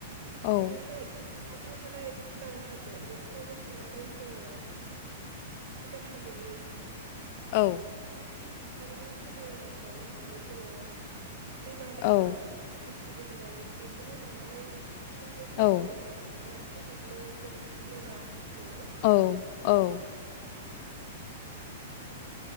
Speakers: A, on the left; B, on the right.
A: औ
B: बेजोंहाय खा थियाव थानाय भुटान हाजो बेफोरावबो थांनानै जोङो भुटान हाजोनि
A: औ
B: गानि थासारिनि समायनाखौ होनानै जोङो दैमा दैसा
A: औ
B: बोहैनाय बेफोरखौ लानानै खन्थाइ सोरजिनो
A: औ
B: रायथाइ लिरनो जों थुलुंगा मोनो
A: औ औ